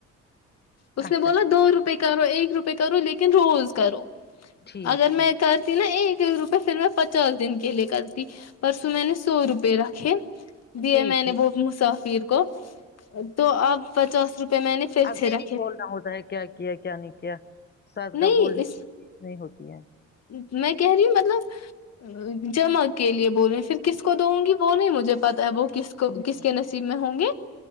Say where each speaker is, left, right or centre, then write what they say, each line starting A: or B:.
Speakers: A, on the left; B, on the left.
A: اس
B: اچھا
A: نے بولا دو روپئے کے کرو ایک روپئے کرو لیکن روز کرو
B: ٹھیک
A: اگر
B: ٹھیک
A: میں کرتی نا ایک روپئے پھر میں پچاس دن کے لیے کرتی پرسوں میں نے سو روپے رکھے دیے
B: ٹھیک
A: میں نے
B: ٹھیک
A: بہت مسافر کو تو آپ پچاس روپ م میں نے پھر
B: اب
A: چرا
B: یہ نہیں بولنا ہوتا ہے کیا ہے کیا نہیں کیا کیا سادگاہ
A: نہیں
B: بولنے
A: اس
B: کی چیز نہیں ہوتی ہے
A: میں کہہ رہی ہوں مطلب جمع کے لیے بول رہی پھر کس کو دوں گی وہ نہیں مجھے پتا ہے وہ کس کو
B: ہوں
A: کس کے نصیب میں ہوں گے